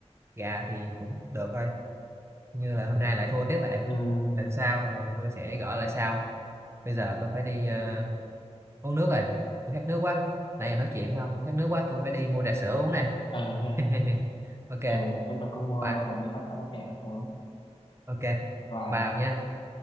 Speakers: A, on the right; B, on the left.
A: gà thì cũng được thôi như là hôm nay lại thua tiếp vậy
B: ừ,
A: lần sau rồi tôi sẽ gõ lại sau bây giờ tôi phải đi ờ, uống nước rồi tôi khát nước quá nãy giờ nói chuyện với ông khát nước quá tôi phải đi mua trà sữa uống này
B: ờ, thế à?
A: <laughs> ok
B: Ờ, cái tôi cũng mua
A: bye
B: một ly matcha latte uống
A: ok
B: và
A: bye ông nha